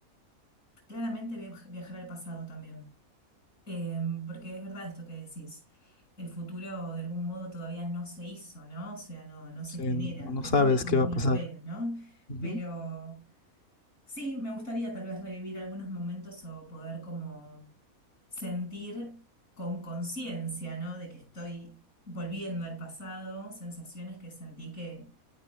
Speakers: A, on the left; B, on the left.
A: claramente viaj- viajar al pasado también. Em, porque es verdad esto que decís. El futuro de algún modo todavía no se hizo, ¿no? O sea, no, no se
B: Sí,
A: genera.
B: no no
A: Depende
B: sabes
A: cómo
B: qué va
A: uno
B: a pasar.
A: lo vea, ¿no?
B: Ujú,
A: Pero Sí, me gustaría tal vez revivir algunos momentos o poder como sentir con conciencia, ¿no? De que estoy volviendo al pasado, sensaciones que sentí que